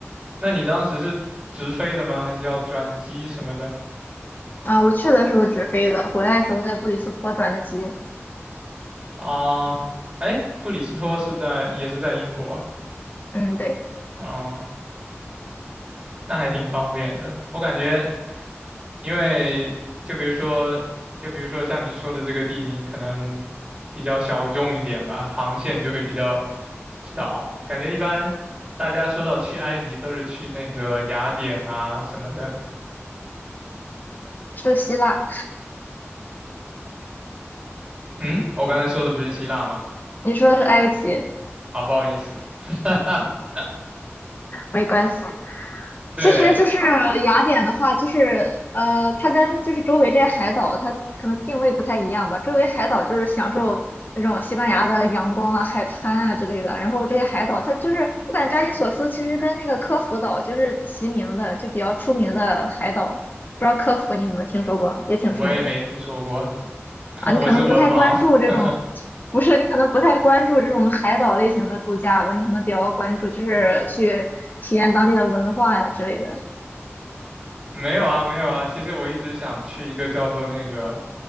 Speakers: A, on the right; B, on the left.
A: 那你当时是直飞的吗？还是要转机什么的？
B: 啊，我去的时候直飞的，回来的时候在布里斯托转的机。
A: 啊，哎，布里斯托是在，也是在英国。
B: 嗯，对，
A: 哦，那还挺方便的。我感觉，因为就比如说，就比如说像你说的这个地名，可能比较小众一点吧，航线就会比较少。感觉一般大家说到去埃及，都是去那个雅典啊什么的。
B: 是希腊。
A: 嗯，我刚才说的不是希腊吗？
B: 你说的是埃及，
A: 啊，不好意思，<laughs>
B: 没关系。
A: 对，
B: 其实就是雅典的话，就是呃，它跟就是周围这些海岛，它可能定位不太一样吧。周围海岛就是享受那种西班牙的阳光啊、海滩啊之类的，然后这些海岛它就是我感觉扎金索斯其实跟那个科孚岛就是齐名的，就比较出名的海岛。不知道科孚你有没有听说过，也挺出名的
A: 我也没听说过，<laughs>
B: 啊。你可能不太关注这种，
A: 我是文盲。<laughs>
B: 不是你可能不太关注这种海岛类型的度假吧，你可能比较关注就是去体验当地的文化呀、之类的。
A: 没有啊，没有啊。其实我一直想去一个叫做那个